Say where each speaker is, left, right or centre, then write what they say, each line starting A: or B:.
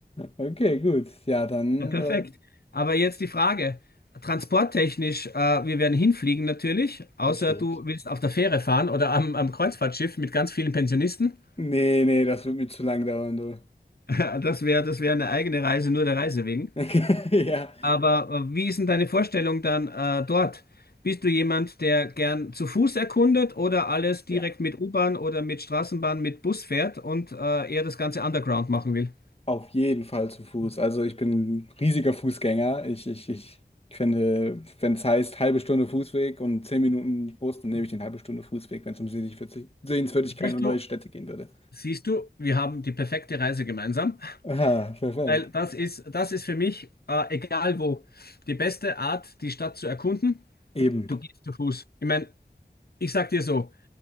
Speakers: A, on the left; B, on the left.
A: Okay, gut. Ja, dann.
B: Ja, perfekt.
A: Äh,
B: Aber jetzt die Frage, transporttechnisch, äh, wir werden hinfliegen natürlich, außer
A: natürlich.
B: du willst auf der Fähre fahren oder am, am Kreuzfahrtschiff mit ganz vielen Pensionisten. <laughs>
A: nee, nee, das wird mir zu lang dauern, du.
B: Das wäre, das wäre eine eigene Reise, nur der Reise wegen.
A: <laughs> Ja,
B: Aber äh, wie ist denn deine Vorstellung dann äh, dort? Bist du jemand, der gern zu Fuß erkundet oder alles direkt
A: ja.
B: mit U-Bahn oder mit Straßenbahn, mit Bus fährt und äh, eher das Ganze underground machen will?
A: Auf jeden Fall zu Fuß. Also ich bin ein riesiger Fußgänger. Ich, ich, ich finde, wenn es heißt halbe Stunde Fußweg und zehn Minuten Bus, dann nehme ich den halbe Stunde Fußweg, wenn es um Sehenswürdig- Sehenswürdigkeiten
B: Siehst
A: und neue
B: du,
A: Städte gehen würde.
B: siehst du, wir haben die perfekte Reise gemeinsam,
A: Aha, perfekt.
B: weil das ist, das ist für mich, äh, egal wo, die beste Art, die Stadt zu erkunden.
A: Eben.
B: Du gehst zu Fuß. Ich meine, ich sag dir so,